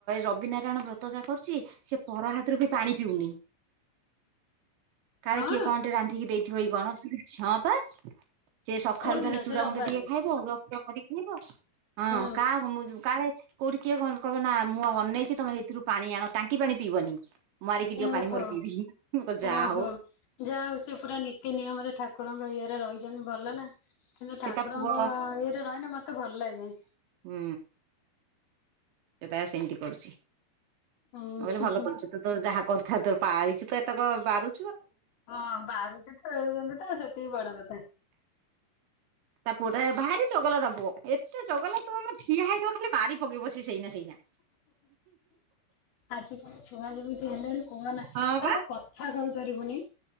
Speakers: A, on the right; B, on the left.
A: ରବିନାରାୟଣ ବ୍ରତ ଯାହା କରୁଛି ସେ ପର ହାତରୁ ବି ପାଣି ପିଉନି। କାଳେ
B: ହଁ
A: କିଏ କଣ ଟେ ରାନ୍ଧିକି ଦେଇଥିବ କି କଣ? ହଁ ବା। ସେ ସକାଳୁ
B: କୋଉ ଦିନ
A: ତାର ଚୁଡ଼ା
B: ସେ ରବିବାରେ।
A: ଗୁଣ୍ଡ ଟିକେ ଖାଇବ ଅରୁଆ ଫରୁଆ କରିକି ଖାଇବ। ହଁ
B: ହୁଁ
A: କାହାକୁ ମୁଁ ଯୋ କାଳେ କୋଉଠି କିଏ କହ ନା ମୁଁ ଅନେଇଛି ତମେ ସେଇଥିରୁ ପାଣି ଆଣ ଟାଙ୍କି ପାଣି ପିଇବନି। ମାରିକି ଦିଅ
B: ଓହୋ
A: ପାଣି ମୋର ପିଇବି ମୁଁ କହିଲି ଯାହା
B: ଓହୋ
A: ହଉ।
B: ଯାହା ହଉ ସେ ପୁରା ନୀତି ନିୟମ ରେ ଠାକୁରଙ୍କ ଇ ରହିଛନ୍ତି ଭଲ ନା କିନ୍ତୁ
A: ସେ
B: ଠାକୁରଙ୍କ
A: ତା ପୁଅ
B: ଇଏରେ ରହିଲେ ମତେ ଭଲ ଲାଗେ।
A: ହୁଁ। ସେ ତାର ସେମତି କରୁଛି।
B: ହୁଁ
A: ମୁଁ କହିଲି
B: ହୁଁ
A: ଭଲ
B: ହୁଁ
A: କରୁଛୁ ତୁ ତୋ ଯାହା କରୁଥା ତୋର ପାଳିଚୁ ତୁ ଏତକ ବାରୁ
B: ହଁ ବାରୁଚି ତ <unintelligible> ତ ସେତିକି ବଡ କଥା।
A: ତା ପୁଅ ଟା ଭାରି ଚଗଲା ତା ପୁଅ ଏତେ ଚଗଲା ତୁ ଆମେ ଠିଆ ହେଇଥିବ ଖାଲି ମାରି ପକେଇବ ସେ ସେଇନା ସେଇନା।
B: ଆଜିକାଲି ଛୁଆ ଯେମିତି ହେଲେଣି କୁହ ନା ତାକୁ
A: ହଁ ବା।
B: କଥା କହିପାରିବୁନି।